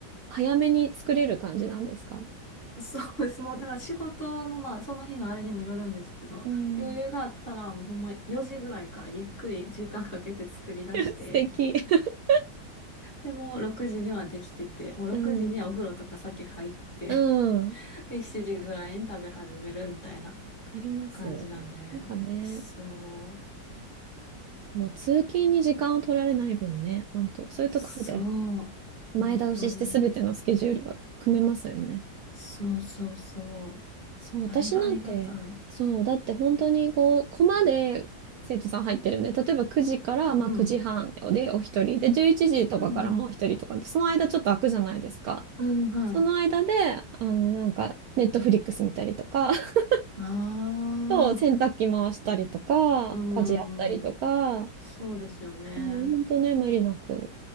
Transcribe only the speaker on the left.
そうです。もう、だから仕事の、まあ、その日のあれにもよるんですけど、
余裕があったら、もうほんま4時ぐらいからゆっくり時間かけて作り出して、
で、もう6時にはできてて、もう6時にはお風呂とか先入って、
<laughs>
で、7時ぐらいに食べ始めるみたいな
感じなんで、
そう、
そう、
本当に、そうそうそう、
だいぶありがたい。
うんうん、
うんうん、
うん、はい。
ああ、
うんうんうん。
そうですよね。